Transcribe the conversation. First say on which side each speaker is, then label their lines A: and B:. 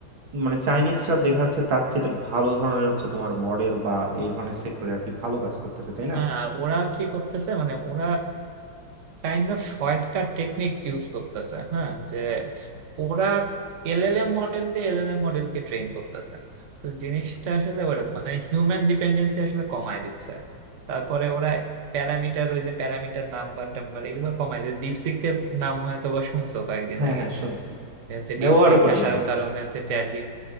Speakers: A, on the right (about 75°); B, on the right (about 55°).
A: মানে চাইনিজরা দেখা যাচ্ছে তার চেয়ে ভালো ধরনের হচ্ছে তোমার মডেল বা এই ধরনের সেক্টরে আর কি ভালো কাজ করতেছে তাই না
B: হ্যাঁ আর ওরা কি করতেছে মানে ওরা kind of shortcut technique use করতেছে হ্যাঁ যে ওরা এলএলএম মডেল দিয়ে এলএলএম মডেলকে ট্রেন করতেছে তো জিনিসটা আসলে ওরকম মানে হিউম্যান ডিপেন্ডেন্সি আসলে কমায় দিচ্ছে তারপরে ওরা প্যারামিটার ওই যে প্যারামিটার নাম্বার টাম্বার এগুলো কমায় দিচ্ছে ডিপসিকের নাম হয়তো বা শুনছো কয়েকদিন
A: হ্যাঁ
B: আগে
A: হ্যাঁ শুনছি
B: যে হচ্ছে
A: ব্যবহারও
B: ডিপসিক
A: করি
B: আসার
A: আমি
B: কারণে হচ্ছে চ্যাট জিপি